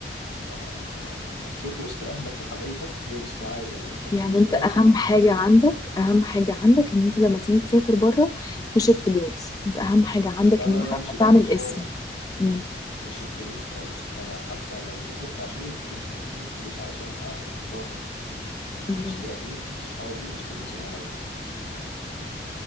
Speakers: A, on the left; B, on the left.
A: فمبسوط وسط اهلك وحبايبك هي دي السعادة لو انت
B: يعني
A: مش وسطهم
B: انت اهم
A: يبقى انت مش
B: حاجة
A: مبسوط
B: عندك اهم حاجة عندك ان انت لما تيجي تسافر بره مش الفلوس انت اهم حاجة عندك
A: لا
B: ان
A: لا
B: انت
A: لا مش الفلوس
B: تعمل
A: خالص
B: اسم مم.
A: مش الفلوس خالص انا حتى لو سافرت عشان الفلوس هتكون الفلوس علشان اعمل مشروع هنا في مصر
B: مم.
A: وسط اهلي وسط اصحابي وسط الناس اللي انا بحبهم وما بيحبوني